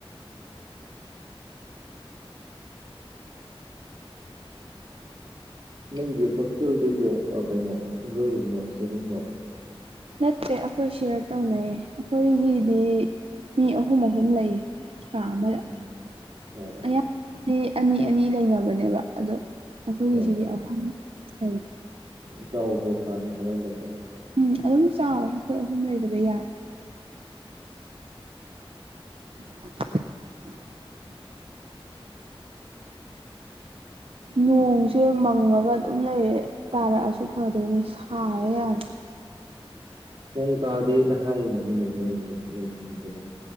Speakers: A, on the right; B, on the right.
A: ꯅꯪꯒꯤ ꯍꯣꯁꯇꯦꯜꯗꯨꯕꯨ ꯀꯩꯅꯣ ꯁꯤꯡꯒꯜ ꯔꯨꯝꯅꯣ ꯁꯦꯔꯤꯡꯅꯣ
B: ꯅꯠꯇꯦ ꯑꯩꯈꯣꯏ ꯁꯤꯌꯔ ꯇꯧꯅꯩ ꯑꯩꯈꯣꯏꯒꯤꯗꯤ ꯃꯤ ꯑꯍꯨꯝ ꯑꯍꯨꯝ ꯂꯩꯌꯦ ꯀꯥ ꯑꯃꯗ
A: ꯎꯝ ꯑꯣ ꯑꯣ
B: ꯑꯌꯥꯝꯕꯗꯤ ꯑꯅꯤ ꯑꯅꯤ ꯂꯩꯅꯕꯅꯦꯕ ꯑꯗꯣ ꯑꯩꯈꯣꯏꯒꯤꯁꯤꯗꯤ
A: ꯍꯣꯏ
B: ꯑ ꯂꯩ
A: ꯆꯥꯎꯕ ꯀꯗꯣ ꯀꯃꯥꯏꯅꯧꯒꯦ
B: ꯎ ꯑꯗꯨꯝ ꯆꯥꯎꯋꯦ ꯑꯩꯈꯣꯏ ꯑꯍꯨꯝ ꯂꯩꯕꯗ ꯌꯥꯏ <unintelligible> ꯅꯣꯡꯁꯦ ꯃꯪꯉꯒ ꯑꯗꯨꯝ ꯂꯩꯔꯦ ꯇꯥꯔꯛꯑꯁꯨ ꯐꯗꯧꯅꯤ ꯁꯥꯌꯦꯦ ꯌꯥꯝ <unintelligible>
A: ꯅꯣꯡ ꯇꯥꯗꯦꯅ ꯍꯥꯏꯌꯦ ꯅ ꯍꯣꯏꯅꯦ ꯅꯣꯏ ꯑꯃꯨꯛ ꯂꯩꯐꯝꯗꯨꯕꯨ